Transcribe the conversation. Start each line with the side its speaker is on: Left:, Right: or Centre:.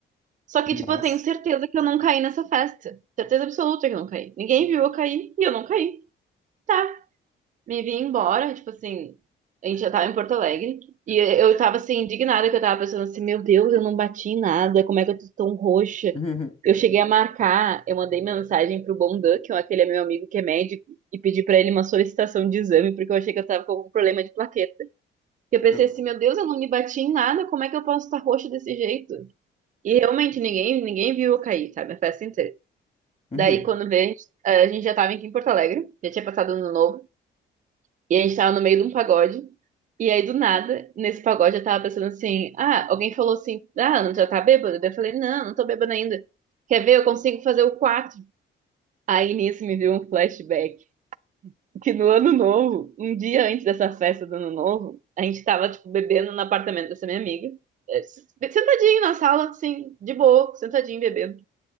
Right: Só que,
Left: Nossa.
Right: tipo, eu tenho certeza que eu não caí nessa festa. Certeza absoluta que eu não caí. Ninguém viu eu cair e eu não caí. Tá, me vi embora, tipo assim, a gente já tava em Porto Alegre. E eu tava assim, indignada, que eu tava pensando assim, meu Deus, eu não bati em nada, como é que eu tô tão roxa?
Left: Uhum.
Right: Eu cheguei a marcar, eu mandei mensagem pro Bondan, que é aquele meu amigo que é médico, e pedi pra ele uma solicitação de exame, porque eu achei que eu tava com algum problema de plaqueta. Eu pensei
Left: Eu-
Right: assim, meu Deus, eu não me bati em nada, como é que eu posso estar roxa desse jeito? E realmente ninguém, ninguém viu eu cair, sabe? A festa inteira.
Left: Uhum.
Right: Daí quando veio, a gente, a gente já tava aqui em Porto Alegre, já tinha passado ano novo, e a gente tava no meio de um pagode. E aí do nada, nesse pagode eu tava pensando assim: ah, alguém falou assim, ah, não já tá bêbado? Daí eu falei: não, não tô bêbado ainda. Quer ver? Eu consigo fazer o 4? Aí nisso me veio um flashback que no ano novo, um dia antes dessa festa do ano novo, a gente tava tipo bebendo no apartamento dessa minha amiga. eh, Sentadinho na sala, assim, de boa, sentadinho bebendo.